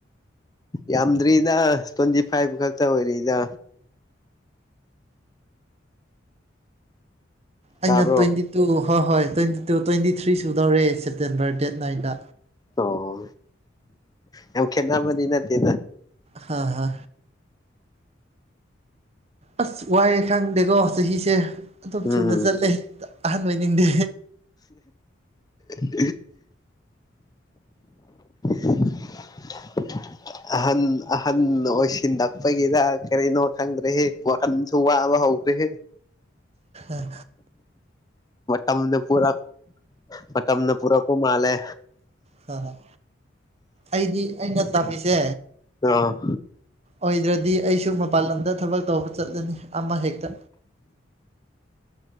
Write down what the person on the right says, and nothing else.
ꯑꯩꯅ
ꯇ꯭ꯋꯦꯟꯇꯤ ꯇꯨ ꯍꯣꯏ ꯍꯣꯏ ꯇ꯭ꯋꯦꯟꯤ ꯇꯨ ꯇ꯭ꯋꯦꯟꯇꯤ ꯊ꯭ꯔꯤ ꯁꯨꯗꯧꯔꯦ ꯁꯦꯞꯇꯦꯝꯕꯔ ꯗꯦꯠ ꯅꯥꯏꯟꯗ
ꯍꯥ ꯍ ꯑꯁ ꯋꯥꯏꯑꯦ ꯈꯪꯗꯦꯀꯣ ꯆꯍꯤꯁꯦ ꯑꯗꯨꯝ
ꯊꯨꯅ ꯆꯠꯂꯦ ꯑꯍꯟ ꯑꯣꯏꯅꯤꯡꯗꯦ
ꯑꯦ
ꯐꯔꯣꯏ ꯑꯩꯗꯤ ꯑꯩꯅ ꯇꯝꯃꯤꯁꯦ
ꯑꯣꯏꯗ꯭ꯔꯗꯤ ꯑꯩꯁꯨ ꯃꯄꯜ ꯂꯝ ꯗ ꯊꯕꯛ ꯇꯧꯕ ꯆꯠꯂꯅꯤ ꯑꯃ ꯍꯦꯛꯇ